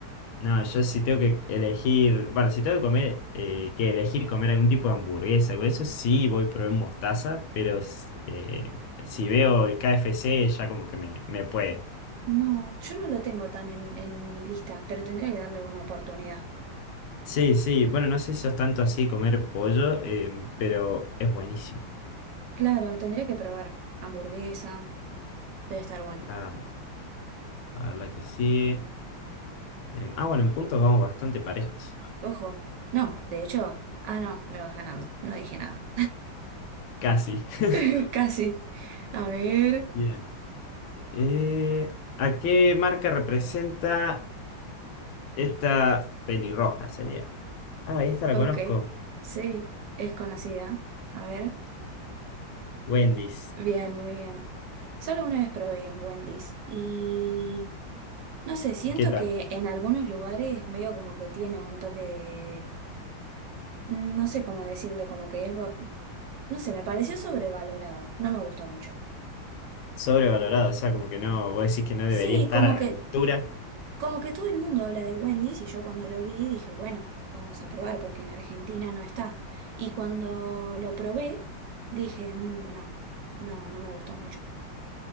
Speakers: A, on the left; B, on the right.
A: No, yo si tengo que elegir, bueno, si tengo que comer, eh, que elegir comer algún tipo de hamburguesa o eso, sí voy a probar mostaza, pero s- eh, si veo el KFC ya como que me, me puede.
B: No, yo no lo tengo tan en, en mi lista, pero tendría que darle una oportunidad.
A: Sí, sí, bueno, no sé si sos tanto así de comer pollo, em, pero es buenísimo.
B: Claro, tendría que probar hamburguesa, debe estar bueno.
A: La, a ver la que sigue. Em, ah, bueno, en puntos vamos bastante parejos.
B: Ojo, no, de hecho, ah, no, me vas ganando, no dije nada.
A: Casi. <laughs>
B: <laughs> Casi. A ver,
A: Bien. Eh, ¿a qué marca representa esta pelirroja sería? Ah, y esta la
B: ok,
A: conozco.
B: sí, es conocida. A ver,
A: Wendy's.
B: bien, muy bien. Solo una vez probé en Wendy's y no sé, siento
A: ¿Y qué tal?
B: que en algunos lugares medio como que tiene un toque de, no sé cómo decirle, como que es, va- no sé, me pareció sobrevalorado, no me gustó mucho.
A: Sobrevalorado, o sea, como que no, vos decís que no
B: Sí,
A: debería estar
B: como
A: a la
B: que...
A: altura.
B: Como que todo el mundo habla de Wendy's y yo cuando lo vi dije, bueno, vamos a probar porque en Argentina no está. Y cuando lo probé, dije, "Mm, no, no, no me gustó mucho.